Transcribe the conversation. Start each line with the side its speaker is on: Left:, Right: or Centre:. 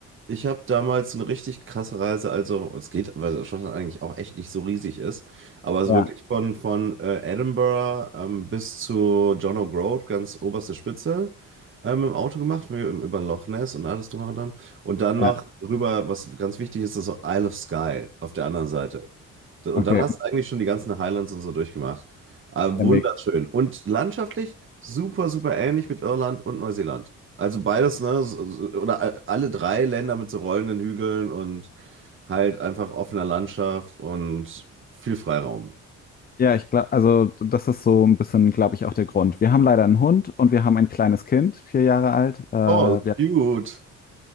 Right: Ich habe damals eine richtig krasse Reise, also es geht, weil Schottland eigentlich auch echt nicht so riesig ist, aber es
Left: ja,
Right: ist wirklich von, von äh, Edinburgh ähm, bis zu John O'Groat, ganz oberste Spitze, ähm, im Auto gemacht, wir- über Loch Ness und alles drum und dran. Und dann
Left: ja,
Right: noch rüber, was ganz wichtig ist, ist Isle of Skye auf der anderen Seite. Und
Left: okay.
Right: dann hast du eigentlich schon die ganzen Highlands und so durchgemacht. Ah, wunderschön.
Left: Ja, mega.
Right: Und landschaftlich super, super ähnlich mit Irland und Neuseeland. Also beides, ne? so- so- Oder a- alle drei Länder mit so rollenden Hügeln und halt einfach offener Landschaft und viel Freiraum.
Left: Ja, ich glaube, also das ist so ein bisschen, glaube ich, auch der Grund. Wir haben leider einen Hund und wir haben ein kleines Kind, vier Jahre alt. Äh, wir,
Right: Oh, cute.